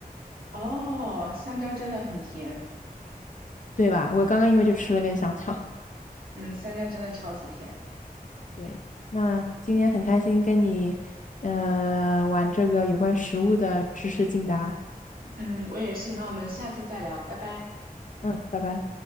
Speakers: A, on the right (about 70°); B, on the left (about 55°).
A: 哦，香蕉真的很甜，
B: 对吧？我刚刚因为就吃了根香蕉。<laughs>
A: 嗯，香蕉真的超级甜，
B: 对，那今天很开心跟你呃玩这个有关食物的知识竞答。
A: 嗯，我也是，那我们下次再聊，拜拜。
B: 嗯，拜拜。